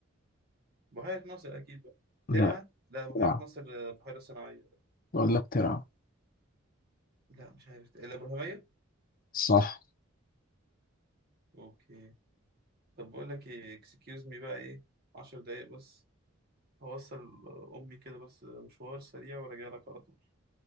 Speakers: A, on the right; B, on the left.
A: بحيرة ناصر أكيد بقى
B: لا
A: ترعة لا بحيرة
B: ترعة
A: ناصر آه، بحيرة صناعية
B: بقول لك ترعة
A: لا مش عارف الأبراهيمية
B: صح
A: أوكي طب بقول لك إيه إكسكيوز مي بقى إيه عشر دقايق بس هوصل أمي كده بس مشوار سريع وراجع لك على طول